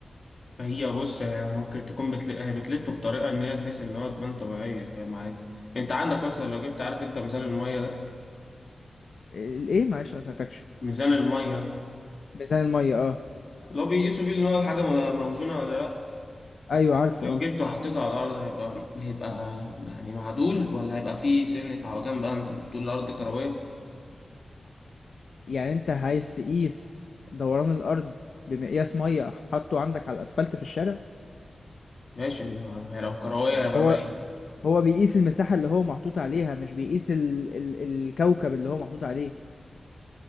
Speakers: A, on the left (about 45°); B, on the left (about 70°).
A: ما هي بص هي ممكن تكون بتل... هي بتلف بطريقه ان هي تحس ان هو تبان طبيعيه فاهم عادي انت عندك مثلا لو جبت عارف انت ميزان الميه ده
B: الإيه؟ معلش ما سمعتكش
A: ميزان الميه
B: ميزان المية اه
A: لو بيقيسوا بيه ان هو الحاجه م- موزونه ولا لا
B: أيوه عارفه
A: لو
B: اه
A: جبته وحطيته على الارض هيبقى هيبقى يعني معدول ولا هيبقى فيه سنه عوجان بقى انت مش بتقول الارض كرويه
B: يعني أنت عايز تقيس دوران الأرض بمقياس مية حاطه عندك على الأسفلت في الشارع؟
A: ماشي لو لو كرويه هيبقى
B: هو
A: مايل
B: هو بيقيس المساحة اللي هو محطوط عليها مش بيقيس ال... ال... الكوكب اللي هو محطوط عليه